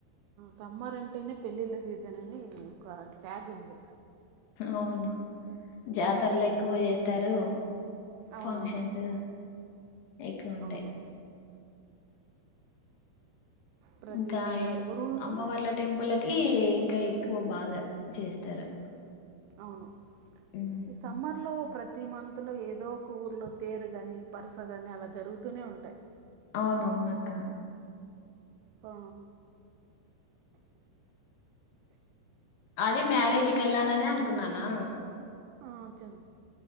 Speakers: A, on the right; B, on the left.
A: సమ్మర్ అంటేనే పెళ్ళిళ్ళ సీజన్ అని ఒక ట్యాగ్ ఉంది
B: అవును జాతరలు ఎక్కువ చేేస్తారు
A: అవునవును
B: ఫంక్షన్స్ ఎయికు ఉంటే
A: అవును ప్రతి
B: ఇంకా
A: ఏ- ఊరు ఊరిలో
B: అమ్మవార్ల టెంపుల్లకి ఇంకా ఎక్కువ బాగా చేస్తారు
A: అవును
B: ఉమ్.
A: ఈ సమ్మర్లో ప్రతి మంత్లో ఏదో ఒక ఊర్లో తేరు కాని పరుస కాని అలా జరుగుతూనే ఉంటాయ్
B: అవునవునక్క
A: ఆ
B: అదే మ్యారేజ్కేళ్లాలనే అనుకున్నానా
A: ఆ చలు